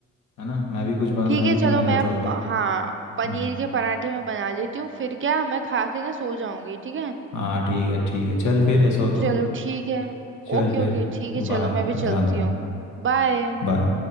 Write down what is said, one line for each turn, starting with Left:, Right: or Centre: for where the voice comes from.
Left: है ना मैं भी कुछ बन,
Right: ठीक
Left: मैं
Right: है
Left: भी
Right: चलो
Left: बना लेता
Right: मैं अब-
Left: हूँ अभी
Right: हाँ पनीर
Left: हम्म
Right: के पराठे मैं बना लेती हूँ फिर क्या मैं खा के ना सो जाऊंगी ठीक है
Left: हाँ ठीक है ठीक है चल फिर ऐसा हो
Right: चलो
Left: तो
Right: ठीक है
Left: चल
Right: ओके
Left: फिर
Right: ओके ठीक है
Left: बाय
Right: चलो मैं भी
Left: ध्यान
Right: चलती
Left: रख
Right: हूँ बाय
Left: बाय